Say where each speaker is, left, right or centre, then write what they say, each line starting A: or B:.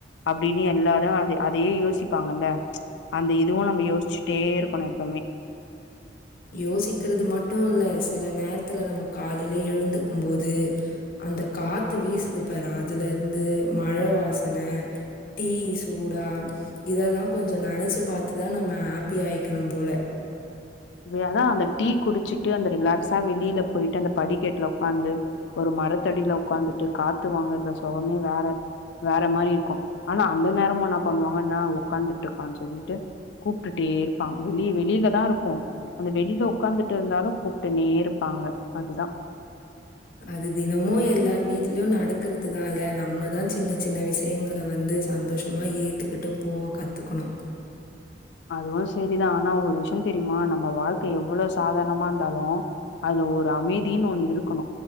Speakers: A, on the left; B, on the left.
A: அப்டின் எல்லாரு அத அதயே யோசிப்பாங்கல்ல அந்த இதுவு நம்ம யோஸ்ச்சிட்டே இருக்கணு எப்போமே
B: யோசிக்கிறது மட்டு இல்ல சில நேரத்துல நம்ம காலில எழுந்துக்கு போது அந்த காத்து வீசுது பாரு அதுல இருந்து மழ வாசன டீ சூடா இதெல்லா கொஞ்சோ நெனச்சி பாத்து தா நம்ம ஹாப்பியா ஆய்க்கணு போல
A: ஏன்னா அந்த டீ குடிச்சிட்டு அந்த ரிலாக்ஸா வெளில போயிட்டு அந்த படிக்கெட்ல உக்காந்து ஒரு மரத்தடில உக்காந்துட்டு காத்து வாங்கற சொகமே வேற வேற மாரி இருக்கு ஆனா அந்த நேரமு என்ன பண்ணுவாங்கனா ஒக்காந்துட்டு இருக்கான் சொல்லிட்டு கூப்டுட்டே இருப்பா வெளிய வெளில தா இருப்போ அந்த வெளில உக்காந்துட்டு இருந்தாலு கூப்ட்டுன்னே இருப்பாங்க அதுதா
B: அது தினமு எல்லார் வீட்லயு நடக்கறதுதா இல்ல நம்மதா சின்ன சின்ன விஷயங்கள வந்து சந்தோஷ் அப்றமா ஏத்துக்கிட்டு போவ கத்துக்கணு
A: அதுவு செரிதா ஆனா ஒரு விஷ்யோ தெரிமா நம்ம வாழ்க்க எவ்ளோ சாதாரணமா இருந்தாலு அதுல ஒரு அமைதியின்னு ஒன்னு இருக்கணு